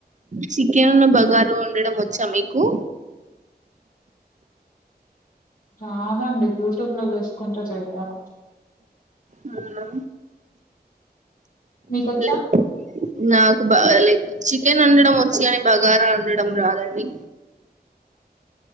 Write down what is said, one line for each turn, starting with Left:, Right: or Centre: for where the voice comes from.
Right: చికెనున్ను బగార వండడం వచ్చా మీకు
Left: రాదండి యూట్యూబ్ లో చసుకుంటే చేయాల
Right: అవునా
Left: మీకొచ్చా
Right: లైక్ నాకు బ లైక్ చికెన్ వండడం వచ్చ కాని బగారా వండడం రాదండి